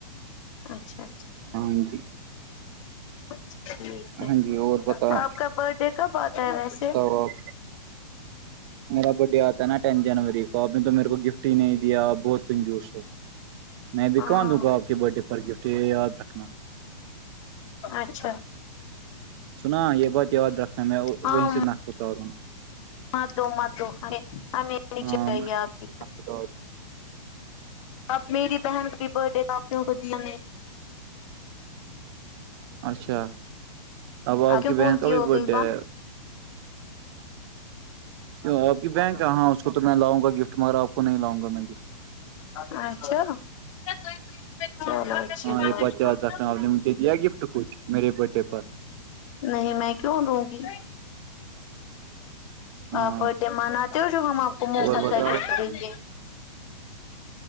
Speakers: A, on the left; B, on the right.
A: اچھا اچھا
B: ہاں جی
A: اچھا ٹھیک ہے
B: ہاں جی اور بتاؤ
A: آپ کا برتھ ڈے کب آتا ہے ویسے
B: اوکے میرا برتھ ڈے آتا ہے نا ٹین جنوری کو آپ نے تو میرے کو گفٹ ہی نہیں دیا آپ بہت کنجوس ہو میں بھی
A: ہاں
B: کہا دوں گا آپ کے برت ڈے پر گفٹ یے یاد رکھنا
A: اچھا
B: سنا یہ بات یاد رکھنا ہے میں
A: ہاں
B: وہیں سے ناک پور جا رہا ہوں
A: مت دو مت دو ہم ہمیں
B: ہاں
A: چاہیے آپ کی گفٹ
B: اچھا
A: اب میری بہن کا بھی برتھ ڈے تو آپنے ان کو دیا نہیں
B: اچھا اب آپ
A: کیوں
B: کی
A: بولتی
B: بہن کا بھی
A: ہو
B: برتھ
A: گئی
B: ڈے
A: بات
B: ہے کیوں آپ کی بیہن کہا اس کو تو میں لاؤں گا گفٹ مگر آپ کو نہیں لاؤں گا میں گفٹ
A: اچھا چلو اچھی
B: ہاں یہ بات یاد
A: ہے
B: رکھنا آپ نے مجھے دیا گفٹ کچھ میرے برتھ ڈے پر
A: نہیں میں کیوں دونگی
B: ہاں
A: آپ برتھ ڈے مناتے ہو جو ہم آپ کو مفت
B: اور بتاؤ
A: کا گفٹ دیں گیں